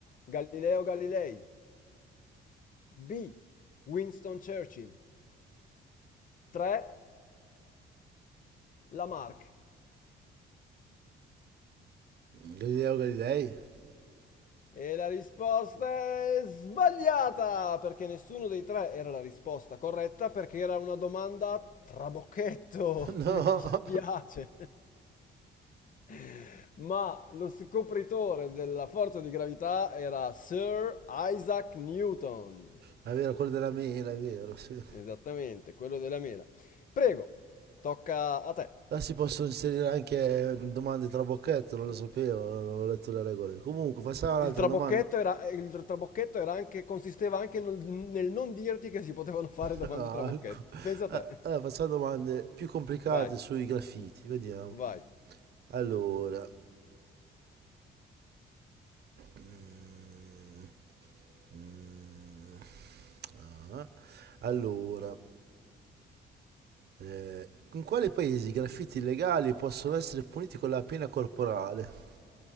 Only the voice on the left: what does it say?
Galileo Galilei. B. Winston Churchill. 3. Lamarck.
E la risposta è sbagliata, perché nessuno dei tre era la risposta corretta, perché era una domanda a trabocchetto,
mi dispiace. <laughs> Ma lo scopritore della forza di gravità era Sir Isaac Newton.
Esattamente, quello della mela. Prego, tocca a te.
Il trabocchetto
era, il trabocchetto era anche, consisteva anche nel, nel non dirti che si potevano fare domande
trabocchetti. Pensa a
te.
Vai,
vai.